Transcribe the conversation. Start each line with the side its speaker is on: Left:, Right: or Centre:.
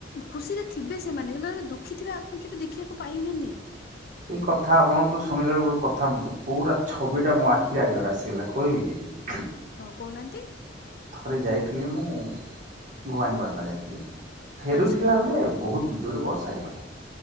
Left: ଖୁସିରେ ଥିବେ ସେମାନେ ସେଙ୍କ ଦୁଃଖୀ ଥିବେ ଆପଣ କେବେ ଦେଖିବାକୁ ପାଇବେନି।
Right: ଏଇ କଥା ଆପଣଙ୍କର ଶୁଣିଲା ବଳଳେ ଗୋଟେ କଥା ମତେ ପୁରା ଛବି ଟା ମୋ ଆଖିରେ ଆଗିବରେ ଆସିଗଲା କହିବି କି।
Left: ହଁ କହୁନାହାନ୍ତି।
Right: ଥରେ ଯାଇଥିଲି ମୁଁ ଭବାନୀପାଟଣା ଯାଇଥିଲି। ଫେରୁଥିଲା
Left: ଆଚ୍ଛା
Right: ବେଳେ ବହୁତ ଜୋରରେ ବର୍ଷା ହେଇଗଲା